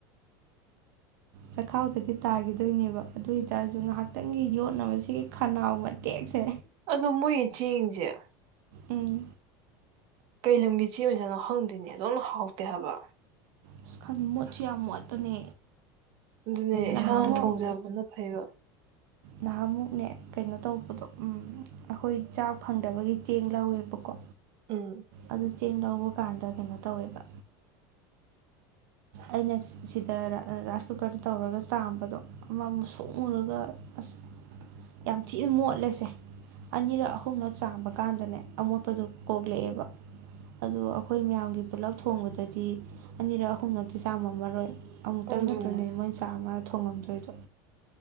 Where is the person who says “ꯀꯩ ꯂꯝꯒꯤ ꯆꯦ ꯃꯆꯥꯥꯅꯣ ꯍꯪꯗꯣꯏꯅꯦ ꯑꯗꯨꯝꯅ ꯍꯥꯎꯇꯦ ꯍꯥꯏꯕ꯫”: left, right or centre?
Right